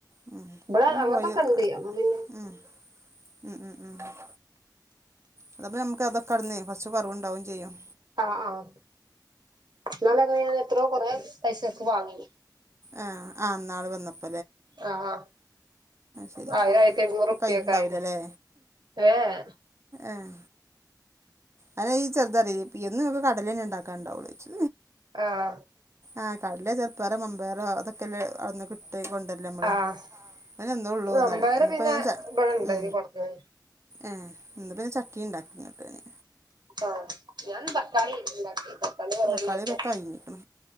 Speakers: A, on the right (about 40°); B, on the right (about 80°).
A: ഉ ഇ
B: ഇവിടെ
A: പ്പപിന്നെ
B: അങ്ങനത്തൊക്കെ
A: പോയി
B: ഉണ്ട് അപ്പൊ പിന്നെ
A: ഉം ഉം ഉം ഉം ഉം അതപ്പ നമുക്ക് അതക്കെ അട്ന്ന് കുറ കുറവുണ്ടാവും ചെയ്യും
B: ആഹ് ആഹ് ന്നാൾ അങ്ങനെ എത്രയോ കൊറേ പൈസക്ക് വാങ്ങിനി
A: ആ ആ ന്നാള് വന്നപ്പോ
B: ആഹ് ആഹ്,
A: ശരി
B: ആയിരം ആയിരത്തിരുന്നൂറ്പ്യൊക്കയിന്
A: കഴിഞ്ഞിട്ടുണ്ടാവൂലല്ലേ
B: ഏഹ്,
A: ഏഹ്, അല്ല ഈ ചെറുതറിയ ഇ എന്നും ങ്ങെക്ക് കടലെന്നെ ണ്ടാക്കണ്ടാവുള്ളോയ്ച്.
B: ആഹ്,
A: ആഹ് കടല ചെറുപ്പയർ മമ്പയരോ അതൊക്കെല്ല അട്ന്ന കിട്ടൊ ട്ടേയ് കൊണ്ടല്ലേമ്മള്
B: ആഹ്
A: അ ഒന്നെള്ളൂ
B: അമ്പയർ
A: ന്നറിയ ന്ന്പ്പോങ്ങനെ
B: പിന്നെ
A: ച
B: ഇവിടെ ഇണ്ടായിന്
A: ഉ
B: കൊടന്നന്ന്
A: ഏഹ്, ഇന്ന്പ്പൊ ചക്കെണ്ടാക്കിനോക്കായിന്.
B: ആഹ്, ഞാൻന്ന്‌ തക്കാളിണ്ടാക്കിയെ തക്കാളി ന്നർഞാ
A: തക്കാളിയൊക്കെ
B: ല്ലാർക്കും
A: കഴിഞ്ഞിക്ക്ണ്